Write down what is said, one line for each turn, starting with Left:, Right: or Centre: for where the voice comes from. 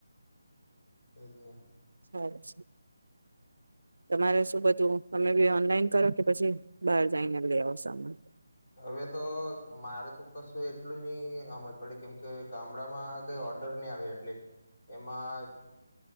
Left: <unintelligible>
Right: સારું, તમારે શું બધું, તમે ભી ઓનલાઈન કરો, કે પછી બહાર જઈને લઈ આવો, સામાન?
Left: હવે તો મારે તો કશું એટલું ની હમજ પડ, કેમકે ગામડામાં કંઈ ઓર્ડર નહીં આવે એટલે, એમાં